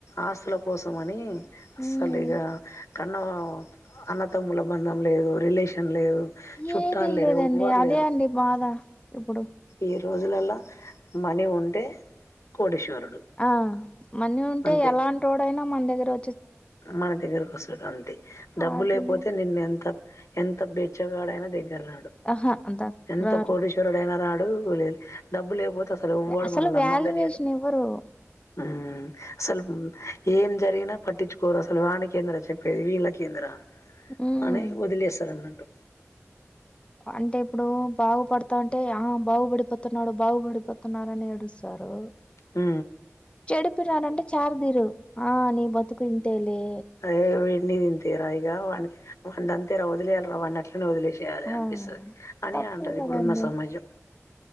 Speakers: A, on the left (about 80°); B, on the left (about 20°).
A: ఆస్తుల కోసమని అస్సలు
B: ఉమ్
A: ఇగ కన్నవా అన్నతమ్ముల బంధం లేదు, రిలేషన్ లేదు చుట్టాలు
B: ఏదీ
A: లేరు,
B: లేదండి,
A: ఎవ్వరు
B: అదే
A: లేరు.
B: అండి బాధ ఇప్పుడు.
A: ఈ రోజులల్ల మనీ ఉంటే కోటీశ్వరుడు
B: ఆ మనీ ఉంటే
A: అంతే.
B: ఎలాంటోడైనా మన దగ్గరొ
A: మన దగ్గరకు వస్తారు అంతే డబ్బు
B: అది
A: లేకపోతే నిన్ను ఎంత ఎంత బెచ్చగాడైనా దగ్గర రాడు
B: ఆహా అంత
A: ఎంత
B: రారు
A: కోటీశ్ వరుడైనా రాడు లేదు డబ్బు లేకపోతే అసలు ఎవ్వడూ
B: అసలు
A: మనల్ని
B: వాల్యుయేషన్
A: అమ్మందలీయడు
B: ఇవ్వరు
A: ఉమ్ అసలు ఏం జరిగినా పట్టిచ్చుకోరు అసలు వానికేందిరా చెప్పేది వీళ్ళకేందిరా
B: ఉమ్
A: అనే వదిలేస్తారన్నట్టు
B: అంటే ఇప్పుడు బాగు పడు తా అంటే ఆ బాగుపడిపోతున్నాడు బాగుపడిపోతున్నారు అని ఏడుస్తారు
A: ఊ
B: చెడిపిరానంటే చారదీరు ఆ నీ బతుకు ఇంతేలే
A: దే వీడిని ఇంతేరా ఇగ వాడిని అంతేరా వదిలేయాలరా వాన్ని అట్లనే వదిలేస్ యాలి
B: ఆ
A: అన్పిస్తది అని
B: తప్పు
A: అంటాది
B: కదండి
A: ఇప్పుడున్న సమాజం